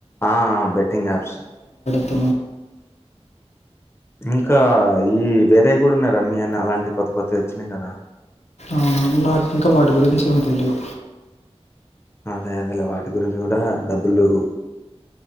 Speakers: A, on the left; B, on the left.
A: ఆ బెట్టింగ్ యాప్స్
B: పాస్
A: ఇంకా ఈ వేరే కూడా ఉన్నాయి రమ్మీ అని అలాంటి కొత్త కొత్తవి వచ్చినాయి కదా
B: అవును నాకు ఇంకా వాటి గురించి ఏమో తెలివు
A: అదే అదే వాటి గురించి కూడా డబ్బులు